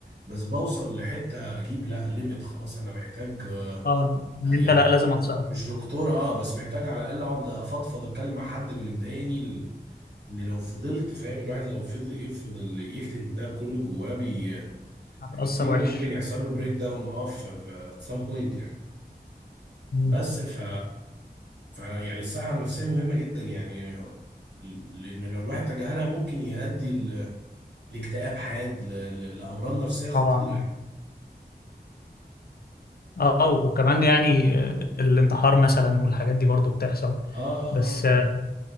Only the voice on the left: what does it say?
اه ان
انت
لا لازم اتصرف
هتأثر
وحش
مم.
طبعا
اه وكمان يعني آه، الانتحار مثلا والحاجات دي برضو بتحصل
بس
آه،